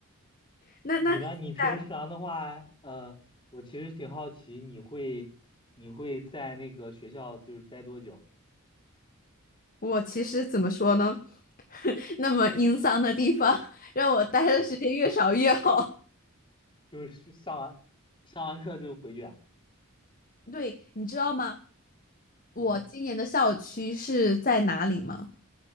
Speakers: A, on the left; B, on the left.
A: 那那你现在，
B: 你呢？你平常的话，呃，我其实挺好奇，你会你会在那个学校就是待多久？
A: 我其实怎么说呢？<laughs> 那么阴丧的地方，让我待的时间越少越好。
B: 就是是上完上完课就回去啊？
A: <laughs> 对，你知道吗？我今年的校区是在哪里吗？
B: 嗯，